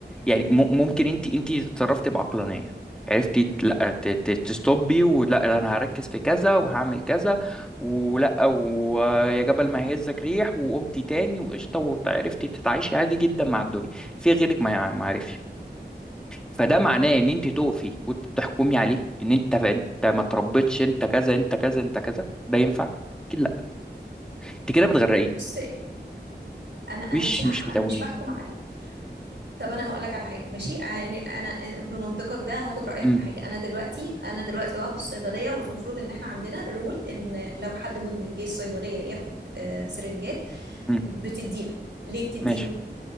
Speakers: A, in the centre; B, on the right.
A: يعني
B: مم.
A: م- ممكن انت انت اتصرفتي بعقلانيه عرفتي ت-
B: مم.
A: لا ت- ت- تستوبي ولا انا هركز في كذا وهعمل كذا ولا ويا جبل ما يهزك ريح وقمتي تاني وقشطه وعرفتي تتعايشي عادي جدا مع الدنيا في غيرك ما يع- ما عرفش فده معناه ان انت تقفي وتحكمي عليه ان انت انت ما تربيتش انت كذا انت كذا انت كذا ده ينفع اكيد لا انت كده بتغرقيه
B: بص انا انا
A: مش
B: مش هحكم
A: مش بتقوميه
B: انا مش بحكم عليك طب انا هقول لك على حاجه ماشي يعني انا آه، بمنطقك ده هاخد رايك
A: امم
B: في حاجه انا دلوقتي انا دلوقتي واقفه في الصيدليه والمفروض ان احنا عندنا رول ان لو حد مدمن جه الصيدليه ياخد آه، سرنجات
A: امم
B: بتديله ليه بتديله
A: ماشي